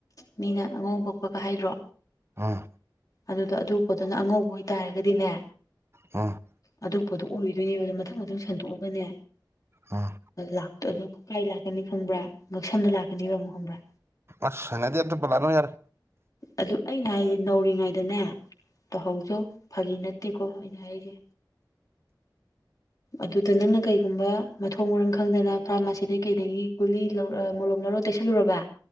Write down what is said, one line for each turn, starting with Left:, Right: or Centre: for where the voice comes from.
Left: ꯃꯤꯅ ꯑꯉꯧꯕ ꯄꯛꯄꯒ ꯍꯥꯏꯗ꯭ꯔꯣ
Right: ꯑꯥ
Left: ꯑꯗꯨꯗ ꯑꯗꯨ ꯄꯣꯠꯇꯨꯅ ꯑꯉꯧꯕ ꯑꯣꯏꯇꯥꯔꯒꯗꯤꯅꯦ
Right: ꯍꯥ
Left: ꯑꯗꯨ ꯄꯣꯠꯇꯣ ꯑꯣꯏꯗꯣꯏꯅꯦꯕꯗ ꯃꯊꯪ ꯃꯊꯪ ꯁꯟꯗꯣꯛꯑꯒꯅꯦ
Right: ꯎꯝ
Left: ꯂꯥꯛꯇꯣꯏꯕ ꯀꯥꯏ ꯂꯥꯛꯀꯅꯤ ꯈꯪꯕ꯭ꯔꯥ ꯉꯛꯁꯝꯗ ꯂꯥꯛꯀꯅꯤ ꯑꯃꯛ ꯈꯪꯕ꯭ꯔꯥ
Right: ꯑꯁ ꯍꯩꯅꯗꯦ ꯑꯗꯨ ꯄꯜꯂꯛ ꯑꯅꯨ ꯌꯥꯔꯦ
Left: ꯑꯗꯨ ꯑꯩꯅ ꯍꯥꯏꯁꯦ ꯅꯧꯔꯤꯉꯩꯗꯅꯦ ꯇꯧꯍꯧꯖꯧ ꯐꯥꯒꯤ ꯅꯠꯇꯦꯀꯣ ꯑꯩꯅ ꯍꯥꯏꯖꯦ ꯑꯗꯨꯗ ꯅꯪꯅ ꯀꯩꯒꯨꯝꯕ ꯃꯊꯣꯡ ꯃꯔꯝ ꯈꯪꯗꯅ ꯐꯥꯔꯃꯥꯁꯤꯗꯒꯤꯩ ꯀꯩꯗꯒꯤ ꯒꯨꯂꯤ ꯂꯧꯔ ꯃꯣꯂꯣꯝ ꯂꯧꯔ ꯇꯩꯁꯜꯂꯨꯔꯕ